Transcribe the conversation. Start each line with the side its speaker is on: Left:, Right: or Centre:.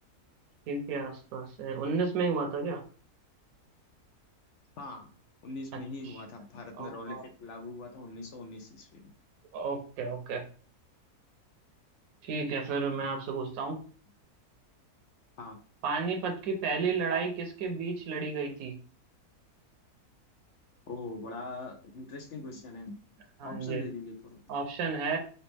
Right: ठीक के आसपास है उन्नीस में ही हुआ था क्या
Left: हाँ 19
Right: अच्छा
Left: में ही हुआ था भारत में
Right: ओ-
Left: रॉलेट एक्ट लागू हुआ था 1919 ईस्वी में
Right: ओके ओके ठीक है फिर मैं आपसे पूछता हूँ
Left: हाँ
Right: पानीपत की पहली लड़ाई किसके बीच लड़ी गई थी
Left: ओ बड़ा इंटरेस्टिंग क्वेश्चन है
Right: हाँ
Left: ऑप्शन
Right: जी
Left: दे दीजिए थोड़ा
Right: ऑप्शन है